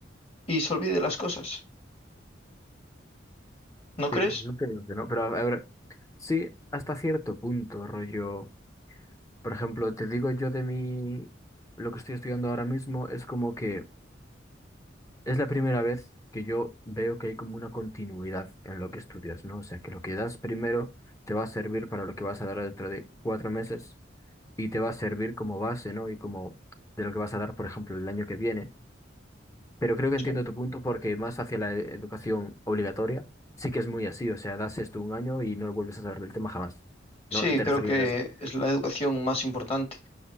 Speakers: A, on the left; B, on the left.
A: y se olvide de las cosas. ¿No crees?
B: Sí, no te digo que no, pero a a ver, sí, hasta cierto punto, rollo. Por ejemplo, te digo yo de mi, lo que estoy estudiando ahora mismo es como que es la primera vez que yo veo que hay como una continuidad en lo que estudias, ¿no? O sea, que lo que das primero te va a servir para lo que vas a dar dentro de cuatro meses y te va a servir como base, ¿no? Y como de lo que vas a dar, por ejemplo, el año que viene. Pero creo que
A: Sí.
B: entiendo tu punto porque más hacia la e- educación obligatoria, sí que es muy así. O sea, das esto un año y no vuelves a saber del tema jamás. ¿No?
A: Sí,
B: ¿Te
A: creo
B: referías
A: que
B: a eso?
A: es la educación más importante,